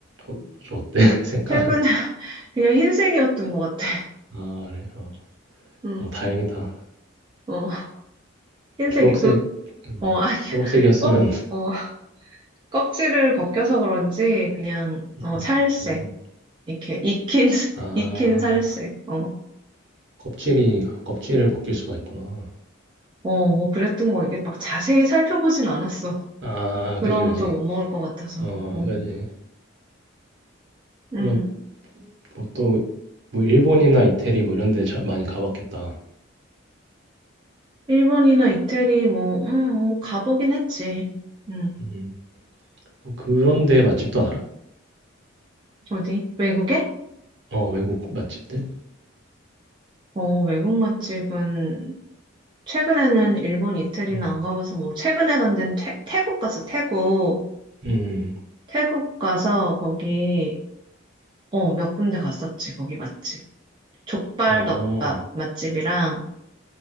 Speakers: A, on the right; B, on the right.
A: 어, 좀 어때? <laughs> 색깔은.
B: 최근에 <laughs> 그냥 흰색이었던 것 같아.
A: 아, 그래. 어,
B: 응.
A: 어, 다행이다.
B: 어, 흰색이,
A: 초록색,
B: 그,
A: 음,
B: 어, <laughs> 아니야.
A: 초록색이었으면,
B: 껍, 어, 껍질을 벗겨서 그런지 그냥,
A: <laughs>
B: 어,
A: 음,
B: 살색.
A: 음.
B: 이렇게 익힌, <laughs>
A: 아,
B: 익힌 살색. 어,
A: 껍질이, 아, 껍질을 벗길 수가 있구나.
B: 어, 뭐 그랬던 거. 이게 막 자세히 살펴보진 않았어.
A: 아,
B: 그러면
A: 그지, 그지.
B: 더 못 먹을 것 같아서.
A: 어,
B: 응.
A: 그지.
B: 응.
A: 그러면 뭐 또, 뭐 일본이나 이태리 뭐 이런 데 자- 많이 가봤겠다.
B: 일본이나 이태리, 뭐, 음, 뭐, 가보긴 했지. 음,
A: 음. 어, 그런 데 맛집도 알아?
B: 어디? 외국에?
A: 어, 외국 맛집들?
B: 어, 외국 맛집은, 최근에는 일본, 이태리는
A: 음.
B: 안 가봐서, 뭐, 최근에 간 데는 태, 태국 갔어, 태국.
A: 음,
B: 태국 가서, 거기, 어, 몇 군데 갔었지, 거기 맛집. 족발
A: 어,
B: 덮밥 맛집이랑,